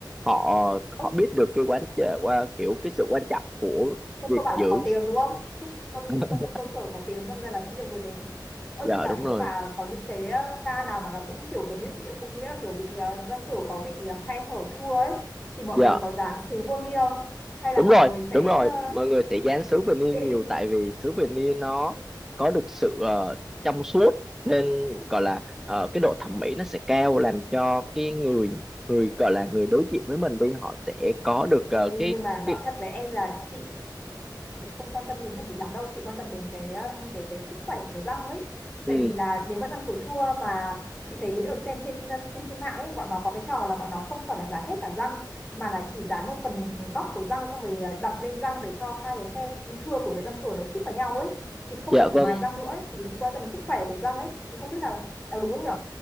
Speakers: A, in the centre; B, on the left (about 15°).
A: họ
B: Ơ,
A: họ biết được cái quán chợ qua kiểu cái sự quan trọng của
B: Cô,
A: việc
B: cô bảo
A: giữ
B: là có tiếng đúng không? Cơ,
A: <laughs>
B: cơ, cơ sở có tiếng đâm ra là cũng nhiều người đến. Ôi
A: dạ
B: chị bảo
A: đúng
B: đấy
A: rồi
B: nhưng mà có những cái ờ, ca nào mà nó cũng kiểu giống như chị em cũng nghĩ là kiểu bị ờ, răng cửu có bị ờ, khe hở thưa ấy thì mọi
A: giờ
B: người có dán sứ vô ni không? Hay là
A: đúng
B: mọi
A: rồi
B: người sẽ
A: đúng rồi
B: ờ,
A: mọi người sẽ dán sứ vinny
B: <laughs>
A: nhiều tại vì sứ vinny nó có được sự ờ, trong suốt nên gọi là ờ, cái độ thẩm mỹ nó sẽ cao làm cho cái người người gọi là người đối diện với mình đi họ sẽ có được ờ,
B: Ê,
A: cái
B: nhưng mà
A: cái
B: nói thật với em là chị chị không quan tâm đến thẩm mỹ lắm đâu chị quan tâm đến cái uh, cái cái sức khỏe của cái răng ấy
A: ừ,
B: tại vì là nếu mà răng của thưa mà chị thấy được xem trên ờ, trên trên mạng ấy bọn nó có cái trò là bọn nó không phải là dán hết cả răng mà là chỉ dán một phần góc của răng xong rồi uh, đặt lên răng để cho hai cái khe thưa của cái răng cửa nó khít vào nhau ấy thì không
A: dạ
B: cần phải
A: vâng
B: mài răng nữa ấy. thì chị quan tâm đến sức khỏe của răng ấy thì không biết là là đúng không nhỉ